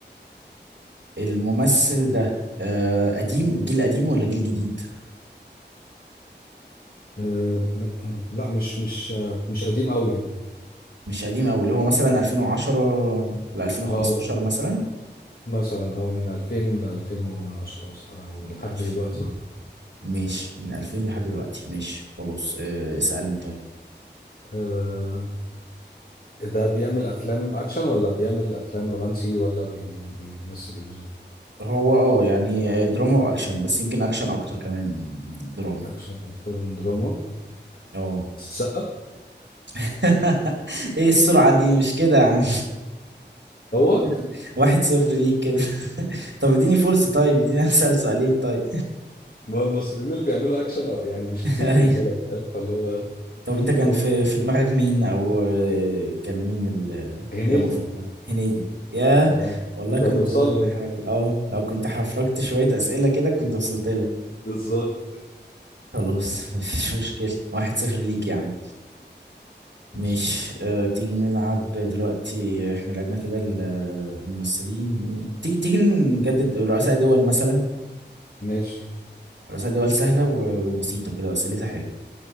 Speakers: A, on the right; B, on the left.
A: الممثل ده آه قديم جيل قديم ولا جيل جديد
B: آه، آه، آه، لا مش مش آه، مش قديم قوي يعني
A: مش قديم قوي اللي هو مثلا 2010 ل 2015
B: اه
A: مثلا
B: مثلا اه من 2000 ل 2010 مثلا او
A: من
B: لحد
A: 2000
B: دلوقتي
A: ماشي من 2000 لحد دلوقتي ماشي خلاص آه اسألني طيب
B: آه، ده بيعمل افلام اكشن ولا بيعمل افلام رومانسي ولا بي بيمثل ايه بالظبط
A: هو اه يعني دراما واكشن بس يمكن اكشن اكتر كمان من دراما
B: اكشن اكتر من دراما
A: اه
B: السقا
A: <laughs> ايه السرعة دي مش كده يا عم
B: هو
A: <laughs> واحد صفر ليك كده <laughs> طب اديني فرصة طيب اديني اسأل سؤالين طيب
B: ما هو المصريين اللي بيعملوا اكشن أو- يعني مش
A: <laughs>
B: كتير في
A: ايوه
B: البلد فاهم فاللي هو
A: طب انت كان
B: اول
A: في في دماغك مين او آه، كان مين ال-
B: هنيدي
A: اللي المفروض ده هنيدي ياه
B: اه
A: والله
B: كنت
A: كنت
B: هتوصل
A: ممكن
B: له
A: احاول
B: ايه
A: اه لو كنت حفركت شوية اسئلة كده كنت وصلت له
B: بالظبط
A: خلاص مفيش مشكلة واحد صفر ليك يا عم
B: ماشي
A: ماشي أه تيجي نلعب دلوقتي احنا لعبنا كده ال- الممثلين مين- تيجي تيجي نجدد رؤساء دول مثلا
B: ماشي
A: رؤساء دول سهلة و- وبسيطة كده وأسئلتها حلوة